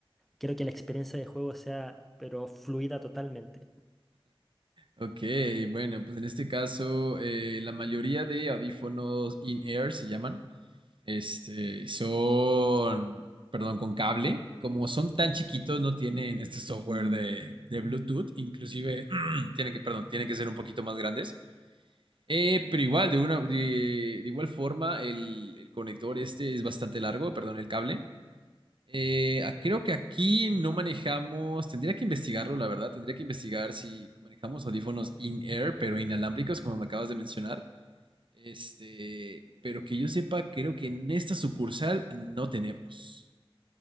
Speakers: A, in the centre; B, on the right (about 60°).
A: Quiero que la experiencia de juego sea, pero fluida totalmente.
B: Ok, bueno, pues en este caso, eh, la mayoría de audífonos in-ear se llaman. Este, son, perdón, con cable. Como son tan chiquitos, no tienen este software de, de Bluetooth. Inclusive, <clears throat> tienen que, perdón, tienen que ser un poquito más grandes. Eh, pero igual, de una, de, de igual forma, el, el conector este es bastante largo, perdón, el cable. Eh, ah, creo que aquí no manejamos, tendría que investigarlo, la verdad, tendría que investigar si manejamos audífonos in-air, pero inalámbricos, como me acabas de mencionar. Este, pero que yo sepa, creo que en esta sucursal no tenemos.